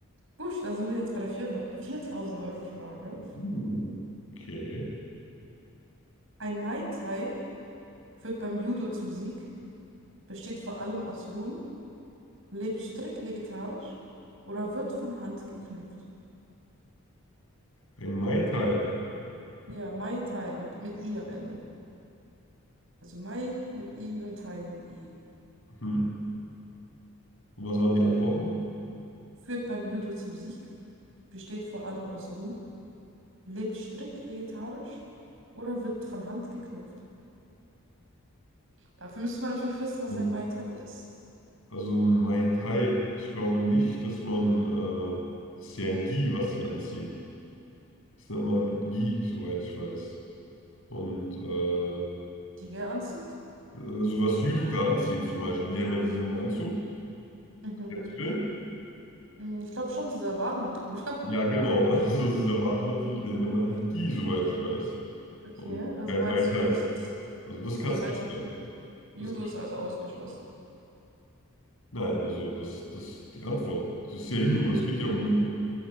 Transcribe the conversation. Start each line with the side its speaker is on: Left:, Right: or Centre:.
Right: gut, dann sind wir jetzt bei der viertausend euro frage
Left: Uh, okay.
Right: Ein Mai Tai führt beim Judo zum Sieg, besteht vor allem aus Rum, lebt strikt vegetarisch oder wird von Hand geknüpft.
Left: Ein Mai Tai.
Right: Ja, Mai Tai mit, mit I am Ende. Also Mai mit I und Tai mit I.
Left: Mhm. Und was waren die Antworten?
Right: Führt beim Judo zum Sieg, besteht vor allem aus Rum, lebt strikt vegetarisch oder wird von Hand geknüpft. Dafür müsste man natürlich wissen, was
Left: Mhm.
Right: ein Mai Tai ist.
Left: Also ein Mai Tai. Ich glaube nicht, dass man, äh, das ist ja ein Gi, was die anziehen. Das nennt man Gi, soweit ich weiß. Und äh,
Right: Die wer anzieht?
Left: also was Judoka anziehen zum Beispiel, die haben ja diesen Anzug.
Right: Mhm.
Left: Kennst du den?
Right: Hm, Ich glaube schon, dieser Bademantel, <laughs> oder?
Left: Ja, genau. <laughs> Also dieser
Right: Ja.
Left: Bademantel, den nennt man halt Gi, soweit ich weiß.
Right: Okay,
Left: Und
Right: also
Left: kein
Right: meinst
Left: Mai Tai.
Right: du, das ist,
Left: Also das kann
Right: also
Left: es
Right: meinst
Left: nicht
Right: du,
Left: sein. Das,
Right: Judo ist also ausgeschlossen?
Left: nein, also das, das, die Antwort, das ist ja Judo, es geht ja um Judo.